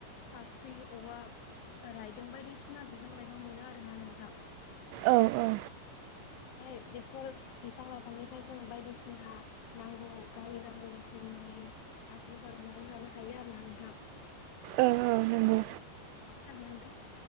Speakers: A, on the left (about 70°); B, on the right (about 80°).
A: फाख्रि औवा रायदों बायदिसिना बिफां लाइफां मोनो आरोना नोंथां
B: औ औ
A: ओमफ्राय बेफोर बिफां लाइफांनिफ्राय जों बायदिसिना नांगौ गावनि नांगौ रोखोमनि नि आगजु बानायनानै लानो हायो आरो ना नोंथां
B: औ औ नंगौ
A: खोनादोंना नोंथां